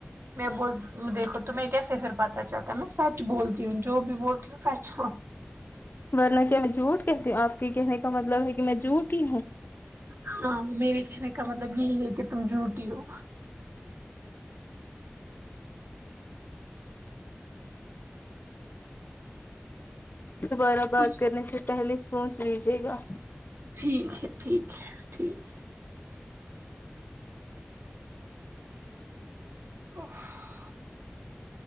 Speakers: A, on the right (about 75°); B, on the left (about 55°).
A: میں بول دیکھو تمہیں کیسے پھر پتا چلتا ہے میں سچ بولتی ہوں جو بھی بولتی ہوں سچ
B: ورنہ کیا میں جھوٹ کہتی ہوں آپ کے کہنے کا مطلب ہے کہ میں جھوٹی ہوں
A: ہاں میرے کہنے کا مطلب یہی ہے کہ تم جھوٹی ہو
B: دوبارہ بات
A: کچھ
B: کرنے سے پہلے سوچ لیجیے گا
A: ٹھیک ہے ٹھیک ہے ٹھیک ہے اف